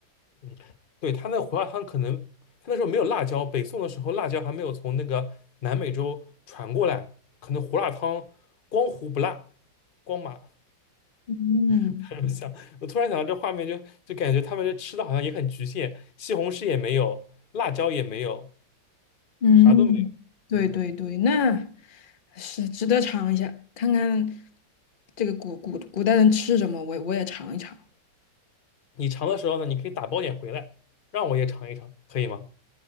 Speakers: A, on the left (about 70°); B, on the left (about 30°).
A: 嗯，对，他那胡辣汤可能他那时候没有辣椒，北宋的时候辣椒还没有从那个南美洲传过来，可能胡辣汤光胡不辣，光麻。
B: 嗯
A: <laughs> 我想，我突然想到这画面就，就感觉他们这吃的好像也很局限，西红柿也没有，辣椒也没有，
B: 嗯，
A: 啥都没有。
B: 对对对，
A: 嗯，
B: 那是值得尝一下，看看这个古古古代人吃什么，我我也尝一尝。
A: 你尝的时候呢，你可以打包点回来，让我也尝一尝，可以吗？